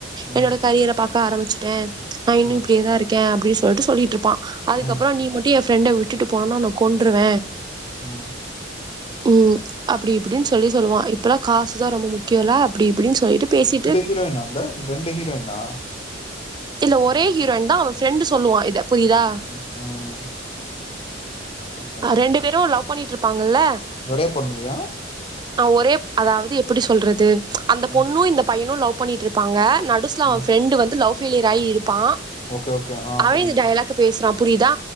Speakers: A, on the left; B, on the right.
A: ம்
B: என்னோட கரியரை பாக்க ஆரம்பிச்சுட்டே நான் இன்னு
A: ம்
B: இப்படியதான் இருக்கே அப்படின்னு சொல்லிட்டு சொல்லிட்டு இருப்பான் அதுக்கப்புறம்
A: ம்
B: நீ மட்டும் என் ஃப்ரெண்டை விட்டு போனும்னா உனை கொண்ட்ருவ
A: ம்
B: ம் அப்படி இப்படின்னு சொல்லி சொல்லுவா இப்பல்லா காசுதான் ரொம்ப முக்கியல்ல அப்படி இப்படின்னு சொல்லிட்டு பேசி
A: ஹீரோயின்னாங்க ரெண்டு ஹீரோயினா
B: இல்ல ஒரே ஹீரோயின் தான் அவன் ஃப்ரெண்ட் சொல்லுவா இதை புரியுதா
A: ம் ம், ஓகே
B: ரெண்டு பேரும் லவ் பண்ணிட்டு இருப்பாங்கல்ல
A: ஒரே பொண்ணுவியா
B: ஒரே அதாவது எப்படி சொல்றது அந்த
A: ம்
B: பொண்ணும் இந்த பையனும் லவ் பண்ணிட்டு இருப்பாங்க நடுசுல அவன்
A: ம்
B: ப்ஃரெண்டு வந்து லவ்ஃபெய்லியர் ஆயீ இருப் ப்பான்
A: ஓகே ஓகே ஆ
B: அவன்
A: புரிஞ்சுது
B: இந்த டைலாக் பேசுறான் புரியுதா